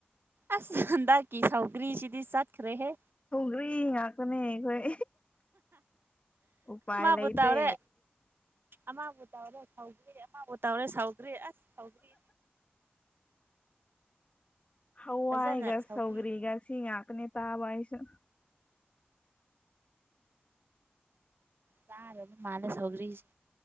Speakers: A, on the right; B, on the left.
A: ꯑꯁ ꯅꯪꯒꯤ ꯁꯧꯒ꯭ꯔꯤꯁꯤꯗꯤ ꯆꯠꯈ꯭ꯔꯦꯍꯦ꯫
B: ꯒ꯭ꯔꯤ ꯉꯥꯛꯇꯅꯦ ꯑꯩꯈꯣꯏ꯫ <unintelligible> ꯎꯄꯥꯏ
A: ꯃꯥꯕꯨ
B: ꯂꯩꯇꯦ꯫
A: ꯇꯧꯔꯦ ꯑꯃꯕꯨ ꯇꯧꯔꯦ ꯁꯥꯎꯀ꯭ꯔꯤ ꯑꯃꯕꯨ ꯇꯧꯔꯦ ꯁꯥꯎꯀ꯭ꯔꯤ ꯑꯁ ꯁꯥꯎꯀ꯭ꯔꯤ
B: ꯍꯋꯥꯏꯒ
A: ꯐꯖꯅ ꯁꯧꯒ꯭ꯔꯤ
B: ꯁꯧꯒ꯭ꯔꯤꯒ ꯁꯤ ꯉꯥꯛꯇꯅꯦ ꯆꯥꯕ ꯑꯩꯁꯨ꯫
A: ꯆꯥ <inaudible> ꯃꯥꯜꯂꯦ ꯁꯧꯒ꯭ꯔꯤꯁ